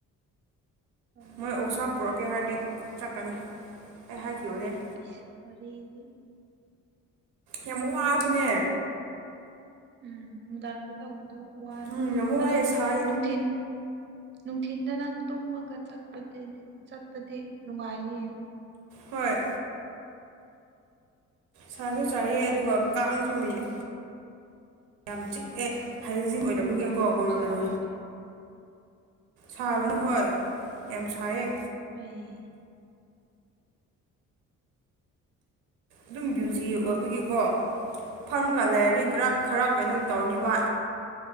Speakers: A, on the right (about 30°); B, on the right (about 80°).
A: ꯎꯝ
B: ꯃꯣꯏ ꯑꯣꯛꯁꯥ ꯄꯨꯔꯛꯀꯦ ꯍꯥꯏꯔꯗꯤ ꯆꯠꯀꯅꯤ ꯑꯩ ꯍꯥꯏꯈꯤꯕꯅꯦ
A: ꯏꯁ ꯋꯥꯔꯤꯗꯤ
B: ꯌꯥꯝ ꯋꯥꯕꯅꯦ
A: ꯎꯝ ꯅꯨꯡꯗꯥꯡꯗ ꯇꯧꯕꯗꯣ ꯋꯥꯅꯤ
B: ꯎꯝ ꯌꯥꯝ ꯋꯥꯏꯑꯦ
A: ꯑꯗꯣ
B: ꯁꯥꯏ
A: ꯅꯨꯡꯊꯤꯟ ꯅꯨꯡꯊꯤꯟꯗ ꯅꯪ ꯇꯨꯝꯃꯒ ꯆꯠꯄ ꯆꯠꯄꯗꯤ ꯅꯨꯡꯉꯥꯏꯔꯤꯌꯦ
B: ꯍꯣꯏ ꯁꯥꯁꯨ ꯆꯥꯏꯑꯦ ꯑꯗꯨꯒ ꯀꯥꯡꯁꯨ ꯃꯌꯦꯛ ꯌꯥꯝ ꯑꯦ ꯍꯥꯏꯖꯤ ꯑꯣꯏꯗꯕꯒꯤꯀꯣ
A: ꯅꯨꯡꯗꯥꯡꯗꯕꯨ
B: ꯀꯔꯣ
A: ꯁꯥꯕ꯭ꯔꯣꯅꯦ
B: ꯃꯅꯣ ꯁꯥꯕꯅ ꯍꯣꯏ ꯌꯥꯝ ꯁꯥꯏꯌꯦ
A: ꯑꯩ
B: ꯑꯗꯨꯝ ꯕꯌꯨꯖꯤ ꯑꯣꯏꯕꯒꯤꯀꯣ ꯐꯔꯝꯒ ꯂꯩꯥꯏꯔꯤ
A: ꯎꯝ
B: ꯈꯔ ꯈꯔ ꯀꯩꯅꯣ ꯇꯧꯔꯅꯤꯕ